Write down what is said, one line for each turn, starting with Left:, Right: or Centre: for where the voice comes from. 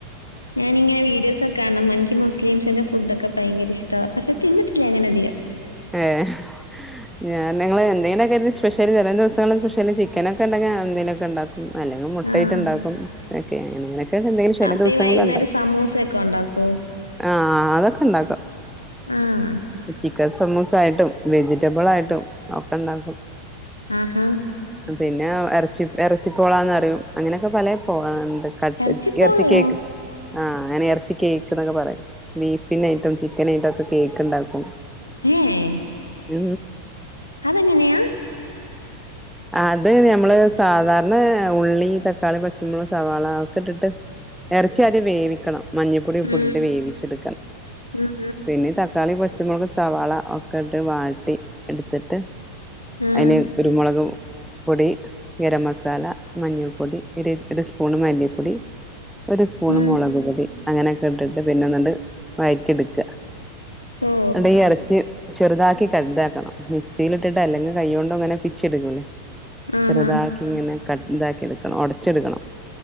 Left: ഞാനിങ്ങനെ വീഡിയോസൊക്കെ കാണും. ഇൻക്ക് മുസ്ലിംസിന്റെ ഫുഡ്ക്കെ ഭയങ്കര ഇഷ്ടാവും. പക്ഷേ തിന്നിട്ടില്ലങ്ങനെ അധികം
Centre: ഏഹ് ഞാനിങ്ങള് എന്തെലൊക്കെരു സ്പെഷ്യല് ചെലേ ദിവസങ്ങള് സ്പെഷ്യല് ചിക്കനൊക്കെണ്ടെങ്കി എന്തെലൊക്കെക്കെണ്ടാക്കും അല്ലെങ്കി മുട്ടേയ്ട്ട്ണ്ടാക്കും.
Left: ആഹ്
Centre: ങ്ങനങ്ങനൊക്കേണ്. ങ്ങനൊക്കേണ്ന്തെങ്കിലും ചെലേ
Left: അപ്പൊ
Centre: ദുവസങ്ങളിൽണ്ടാവ
Left: ഈ വൈകുന്നേരം സമൂസയൊക്കെ ഉണ്ടാക്കോ
Centre: ആഹ് അതൊക്കെ ഇണ്ടാക്കും.
Left: ആഹ്
Centre: ചി ചിക്കൻ സമൂസായിട്ടും വെജിറ്റബിളായിട്ടും ഒക്കെണ്ടാക്കും.
Left: ആഹാ
Centre: പിന്നെ എറച്ചി എറച്ചി പോളാന്ന്റിയും. അങ്ങനെയൊക്കെ പല പോളകള്ണ്ട്. കട്ട്
Left: ഇറച്ചിപ്പോളയോ
Centre: എറച്ചി കേക്ക് ആഹ് അങ്ങനേ എറച്ചി കേക്ക് എന്നൊക്കെ പറയും. ബീഫിനേയിട്ടും ചിക്കനേയിട്ടുമൊക്കെ കേക്ക്ണ്ടാക്കും.
Left: ഹേയ്
Centre: ഉ
Left: അതങ്ങനെയാ?
Centre: അത് ഞമ്മള് സാധാരണ ഉള്ളി തക്കാളി പച്ചമുളക് സവാള അതൊക്കെ ഇട്ടിട്ട് എറച്ചി ആദ്യം വേവിക്കണം മഞ്ഞപ്പൊടിം ഉപ്പും
Left: ഉം
Centre: ഇട്ടിട്ട് വേവിച്ചെടുക്കണം.
Left: ഉം
Centre: പിന്നെ തക്ക തക്കാളി പച്ചമുളക് സവാള ഒക്കെ ഇട്ട് വാട്ടി എടുത്തിട്ട്
Left: ഉം ആഹ്
Centre: അതിന് കുരുമുളകും പൊടി, ഗരം മസാല, മഞ്ഞുൾപ്പൊടി ഒരു ഒരു സ്പൂണ് മല്ലിപ്പൊടി ഒരു സ്പൂണ്
Left: ആഹ്
Centre: മൊളക് പൊടി. അങ്ങനെയൊക്കെ ഇട്ടിട്ട് പിന്നെന്നണ്ട് വഴറ്റി എടുക്കുക.
Left: ഓ
Centre: ന്നട്ട് ഈ എറച്ചി ചെറുതാക്കി കട്താക്കണം. മിക്സിൽ ഇട്ടിട്ടോ അല്ലെങ്കി കൈയ്യോണ്ടോ ഇങ്ങനെ പിച്ചി എടുക്കുല്ലേ?
Left: ആഹാ
Centre: ചെറുതാക്കി ഇങ്ങനെ കട് ഇതാക്കി എടുക്കണം. ഒടച്ചെടുക്കണം.